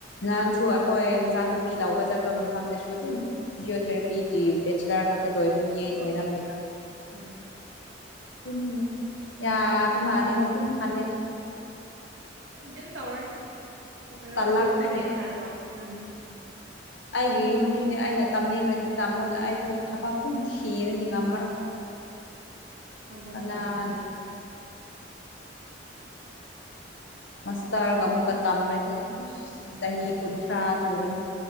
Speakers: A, on the left; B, on the right.
A: ꯅꯍꯥꯟꯁꯨ ꯑꯈꯣꯏ ꯑꯦꯟꯖꯥꯡ ꯅꯥꯄꯤ ꯂꯥꯎꯧꯕ ꯆꯠꯄ ꯃꯐꯝꯗꯁꯨ ꯑꯗꯨꯝ ꯐꯤꯁꯣꯊꯦꯔꯥꯄꯤꯒꯤ ꯕꯦꯆꯤꯂꯔ ꯈꯛꯇ ꯂꯣꯏꯕ ꯃꯤ ꯑꯣꯏꯔꯝꯃꯤꯕ
B: ꯎꯝ
A: ꯎꯝ ꯌꯥꯕ ꯃꯥꯂꯦꯅ ꯑꯗꯨ ꯈꯜꯂꯦꯗ
B: ꯑꯗꯨꯝ ꯇꯧꯔꯅꯤ ꯑꯣꯏꯔꯔꯣꯏ
A: ꯇꯜꯂꯛꯈ꯭ꯔꯦ
B: ꯑꯗꯣ ꯈꯣꯏꯆꯦꯅ ꯍꯥꯏꯕꯋꯅꯦ ꯎꯝ
A: ꯑꯩꯒꯤ ꯌꯨꯝꯁꯨꯅꯦ ꯑꯩꯅ ꯇꯝꯅꯤꯡꯔꯗꯤ ꯇꯝꯃꯣꯅ ꯑꯩꯗꯣ ꯊꯕꯛ ꯊꯤꯔꯅꯤ ꯉꯝꯃꯔꯣꯏ <inaudible>
B: ꯍꯟꯗꯛ
A: ꯀꯅꯥꯅ
B: ꯊꯤꯒꯦꯇꯦ
A: ꯃꯁꯇꯔꯒ ꯑꯃꯨꯛꯀ ꯇꯝꯔꯗꯤ ꯏꯁ
B: ꯎꯝ
A: ꯆꯍꯤ ꯀꯨꯟꯊ꯭ꯔꯥ ꯁꯨꯔꯅꯤ